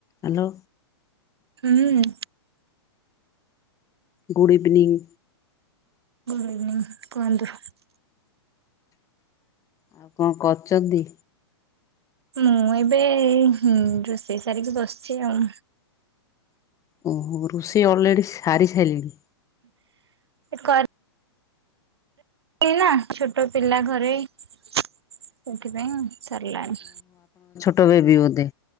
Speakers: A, on the left; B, on the right.
A: ହାଲୋ।
B: ହୁଁ ହୁଁ
A: ଗୁଡ଼ ଇଭିନିଂ।
B: ହୁଁ କୁହନ୍ତୁ।
A: ଆଉ କଣ କରୁଛନ୍ତିି?
B: ମୁଁ ଏବେ ହୁଁ ରୋଷେଇ ସାରିକି ବସିଛି ଆଉ।
A: ଓହୋ ରୋଷେଇ ଅଲରେଡି ସାରି ସାରିଲେଣି।
B: କର ନା ଛୋଟ ପିଲା ଘରେ ସେଥିପାଇଁ ଆଉ। ସାରିଲାଣି।
A: ତ ବେବି ଗୋତେ